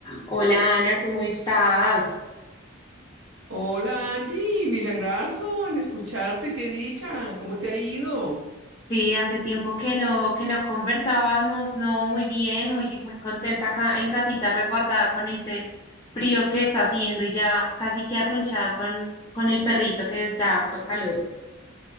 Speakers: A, on the left; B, on the right.
A: Hola Ana, ¿cómo estás?
B: Hola Angie, milagrazo en escucharte, qué dicha, ¿cómo te ha ido?
A: Sí, hace tiempo que no, que no conversábamos, no, muy bien, muy, muy contenta acá en casita resguardada con este frío que está haciendo y ya casi que arrunchada con, con el perrito que da harto calor.